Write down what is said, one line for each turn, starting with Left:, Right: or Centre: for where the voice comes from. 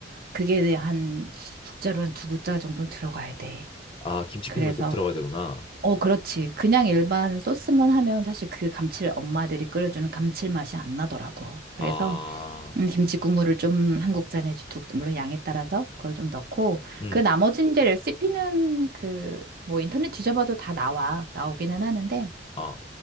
Right: 그게 한 국자로 한 두 국자 정도는 들어가야 돼.
Left: 아, 김치국물
Right: 그래서
Left: 꼭 들어가야 되구나.
Right: 어, 그렇지. 그냥 일반 소스만 하면 사실 그 감칠 엄마들이 끓여주는 감칠맛이 안 나더라고. 그래서
Left: 아,
Right: 음, 김치 국물을 좀 한국자 에지 두, 물론 양에 따라서 그걸 좀 넣고
Left: 음,
Right: 그 나머지 이제 레시피는 그 뭐 인터넷 뒤져봐도 다 나와. 나오기는 하는데
Left: 아,